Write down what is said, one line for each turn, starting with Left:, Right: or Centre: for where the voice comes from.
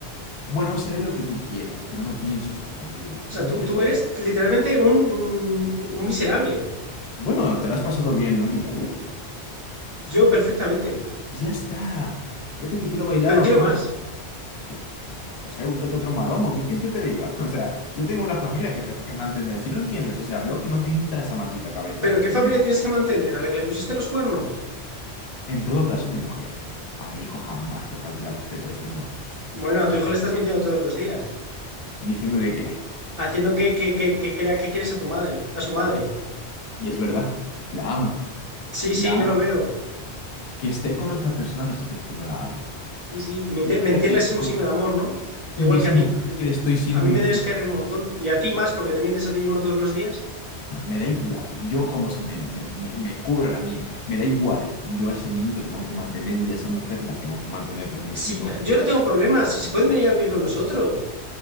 Left: Bueno, seré lo que tú quieras, pero no pienso estar contigo,
Right: sea,
Left: ¿sí lo
Right: tú,
Left: entiendes?
Right: tú eres literalmente un, mm, un miserable.
Left: Bueno, te lo has pasado bien, ¿no, en Italia?
Right: Yo perfectamente.
Left: Pues ya está, ya te quité lo bailado,
Right: Pero quiero
Left: punto.
Right: más.
Left: Que, pues, yo qué sé, búscate otro maromo, ¿qué quieres que te diga? <laughs> O sea, yo tengo una familia que tengo que mantener, si lo entiendes, o sea, veo que no te entra esa maldita cabeza.
Right: ¿Pero qué familia
Left: No.
Right: tienes que mantener? ¿A la que le pusiste los cuernos?
Left: En todo caso, mi mujer, a mi hijo jamás le faltará el respeto de este modo,
Right: Bueno, a tu hijo le estás mintiendo todos los días.
Left: diciéndole que...
Right: haciendo que, que, que, que crea que quieres a tu madre, a su madre.
Left: Y es verdad, la amo.
Right: Sí, sí,
Left: La amo.
Right: ya lo veo.
Left: Que esté con otra persona no significa que no la ame.
Right: Sí, sí. Minte-
Left: Significa
Right: Mentirle
Left: que estoy-
Right: es un signo de amor, ¿no? Igual
Left: Le
Right: que
Left: significa
Right: a mí.
Left: que le estoy siendo
Right: A mí
Left: infiel.
Right: me debes querer un montón. Y a ti más, porque te mientes a ti mismo todos los días.
Left: No, Me da igual. Yo como si me, me, me, me cubra la mierda. Me da igual. Yo a ese niño lo tengo que mantener y a esa mujer la tengo que mantener también.
Right: Sí,
Left: Y no puedo.
Right: yo no tengo problemas. Si se pueden venir a vivir con nosotros.